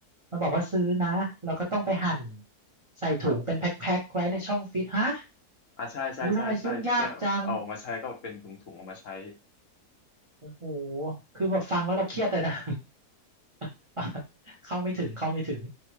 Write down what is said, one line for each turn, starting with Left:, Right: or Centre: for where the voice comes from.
Right: มันบอกว่าซื้อนะแล้วก็ต้องไปหั่นใส่ถุงเป็นแพ็คๆไว้ในช่องฟิตฮะ
Left: อ่าใช่ใช่ใช่ใช่จะเอาออกมาใช้ก็เป็นถุงๆออกมาใช้
Right: อู้ทำไมยุ่งยากจังโอ้โหคือแบบฟังแล้วเราเครียดเลยนะ <laughs> ฟังเข้าไม่ถึงเข้าไม่ถึง